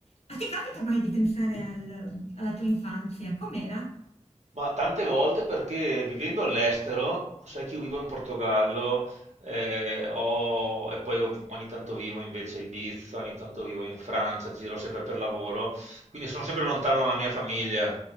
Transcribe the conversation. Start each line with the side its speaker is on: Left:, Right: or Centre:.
Left: A te capita mai di pensare al- alla tua infanzia? Com'era?
Right: Ma tante volte perché vivendo all'estero, sai che io vivo in Portogallo eh, ho- e poi ho- ogni tanto vivo invece a Ibiza, ogni tanto vivo in Francia, giro sempre per lavoro, quindi sono sempre lontano dalla mia famiglia